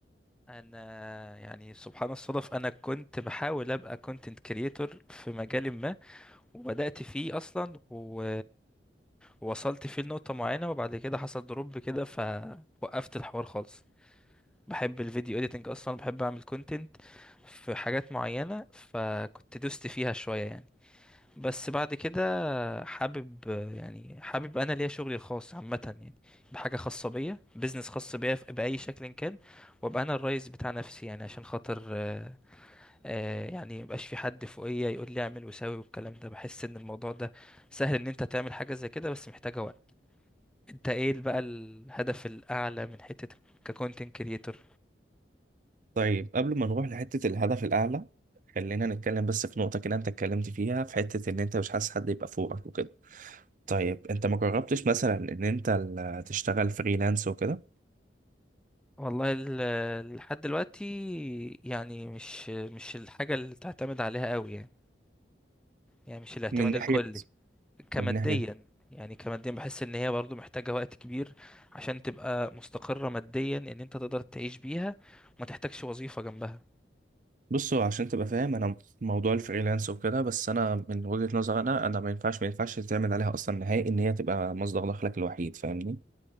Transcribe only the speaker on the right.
طيب قبل ما نروح لحته الهدف الاعلى خلينا نتكلم بس في نقطه كده انت اتكلمت فيها في حته ان انت مش حاسس حد يبقى فوقك وكده طيب انت ما جربتش مثلا ان انت ال- تشتغل فريلانس وكده
من ناحية
من ناحية
بصوا عشان تبقى فاهم انا موضوع الفريلانس وكده بس انا من وجهة نظر انا انا ما ينفعش ما ينفعش تعمل عليها اصلا نهائي ان هي تبقى مصدر دخلك الوحيد فاهمني